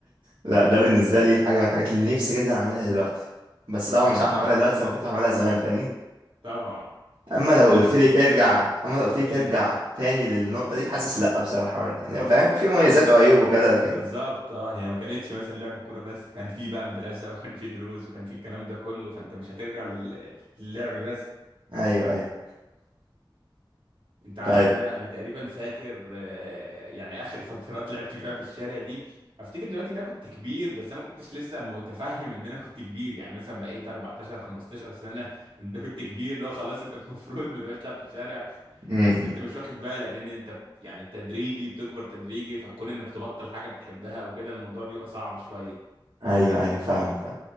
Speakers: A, on the right (about 70°); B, on the right (about 90°).
A: لا ده بالنسبة لي حاجة من الحاجات اللي نفسي جدا أعملها دلوقتي بس طبعا
B: امم
A: مش عارف أعملها دلوقتي زي ما كنت بعملها زمان فاهمني؟
B: طبعا
A: أما لو
B: يعني
A: قلت
B: انا افتكر
A: لي ترجع أما لو قلت لي ترجع
B: امم
A: تاني للنقطة دي حاسس لأ بصراحة برضه. يعني هو فاهم في مميزات وعيوب وكده لكن
B: بالظبط اه هي ما كانتش مثلا لعب كوره بس كان في بقى مدرسه <laughs> وكان في دروس وكان في الكلام ده كله فانت مش هترجع لل... للعب بس
A: ايوه ايوه
B: انت عارف
A: طيب
B: ان انا انا تقريبا فاكر آه، يعني اخر فترات لعبت فيها في الشارع دي افتكر دلوقتي ان انا كنت كبير بس انا ما كنتش لسه متفهم ان انا كنت كبير يعني مثلا بقيت 14 15 سنه انت كنت كبير لو خلاص انت <laughs> المفروض ما تبقاش تلعب في الشارع
A: امم
B: بس انت مش واخد بالك ان انت بت- يعني تدريجي بتكبر تدريجي فكون انك تبطل حاجه بتحبها وكده الموضوع بيبقى صعب شويه
A: ايوه ايوه فاهمك فاهم